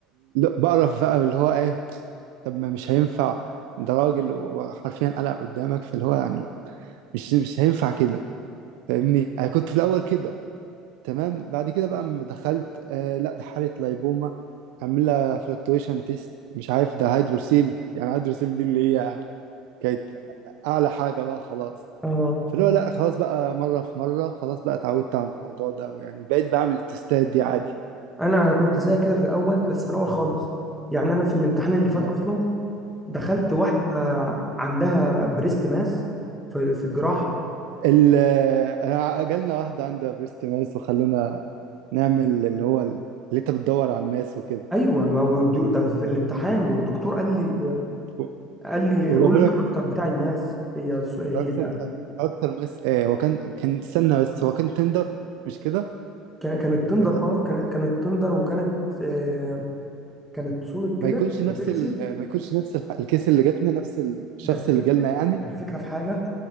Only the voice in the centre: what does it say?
اه
انا انا كنت زي كده في الاول بس في الاول خالص يعني انا في الامتحان اللي فات
اصلا دخلت واحده عندها بريست ماس في في الجراحه
ايوه ما هو الدو- ده في الامتحان والدكتور قال لي
قال لي
قول الكاركتر
بتاع الماس هي س- هي
كان- كانت تندر
اه كان- كانت تندر وكانت آه، كانت سوليد كده
وفيكسد
ده الفك-
الفكره في حاجه